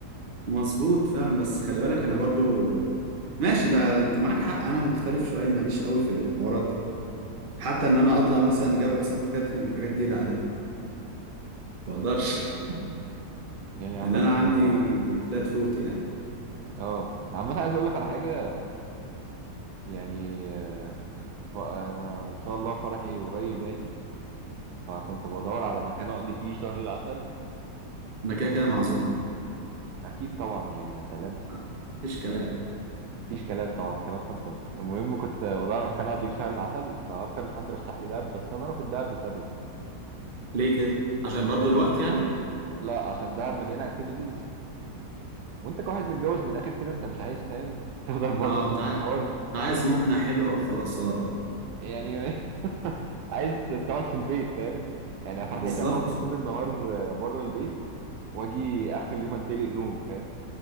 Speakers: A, on the right (about 40°); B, on the right (about 75°).
A: مظبوط فعلا بس خلي بالك انا برضو ماشي ده انت معاك حق انا مختلف شوية ماليش قوي في الحوارات دي حتى ان انا اطلع مثلا جبل سانت كاترين والحاجات دي لا لا ما اقدرش <laughs>
B: يعني عامه
A: ان انا عندي
B: هي-
A: فلات فوت يعني
B: اه عامه عايز اقول لك على حاجه يعني آه، ف- انا ان شاء الله فرحي قريب يعني فكنت بدور على مكان اقضي فيه شهر العسل
A: انا
B: بس
A: كده كده معزوم
B: اكيد طبعا يعني يا سلام
A: آه، مفيش كلام
B: مفيش كلام طبعا كلام خلصان المهم كنت بدور على مكان اقضي شهر العسل فاكتر من حد رشح لي دهب بس انا رافض دهب لسبب
A: ليه كده عشان برضو
B: إن
A: الوقت يعني
B: لا عشان دهب مليانه اكتيفيتيز وانت كواحد متجوز من الاخر كده انت مش عايز فاهم <laughs> تفضل بره
A: اه
B: طول
A: انت
B: النهار
A: عايز انت عايز مقنع حلوة وخلاص اه
B: يعني <laughs> عايز تقعد في البيت فاهم يعني أنا
A: بالظبط
B: فرحتي اما افضل طول النهار بره البيت واجي اخر اليوم اتدلق نوم فاهم